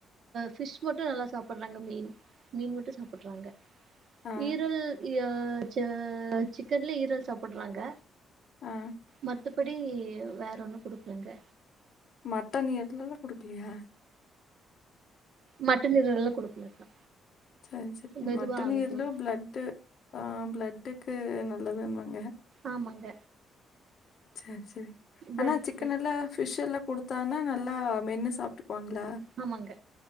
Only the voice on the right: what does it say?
ஃபிஷ் மட்டு நல்லா சாப்பிட்றாங்க மீன் மீன் மட்டு சாப்பிட்றாங்க
ஈரல் அ ச சிக்கன்ல ஈரல் சாப்பிட்றாங்க
மத்தபடி வேற ஒன்னு குடுக்கலங்க
மட்டன் ஈரல் எல்லா குடுக்கலக்கா
மெதுவா
ஆகட்டு
ஆமாங்க
பிளட்
ஆமாங்க